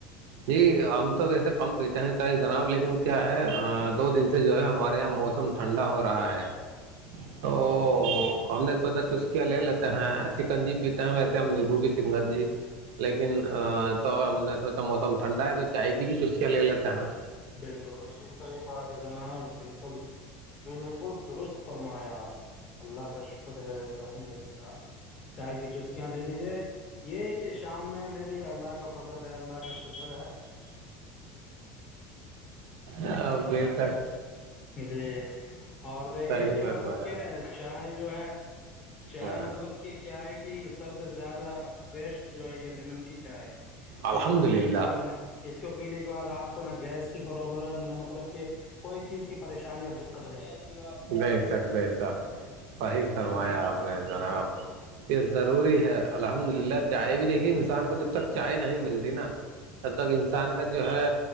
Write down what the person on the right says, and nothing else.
جی ہم تو ویسے کم پیتے ہیں ساری جناب لیکن کیا ہے دو دن سے جو ہے ہمارے یہاں موسم ٹھنڈا ہو رہا ہے تو ہم نے سوچا چسکیاں لے لیتے ہیں سکنجی پیتے ہیں ویسے ہم نبو کی سنگن جی لیکن تو ہم نے سوچا موسم ٹھنڈا ہے تو چائے کی بھی چوسیاں لے لیتا ہ
ا بتر
صحیح
فرمایا
ہاں
الحمد
للہ
بے شک بے شک صحیح فرمایا آپ نے جناب یہ ضروری ہے الحمد للہ چائے بھی دیکھی انسان کو جب تک چائے نہیں ملتی نا تب تک انسان کا جو ہے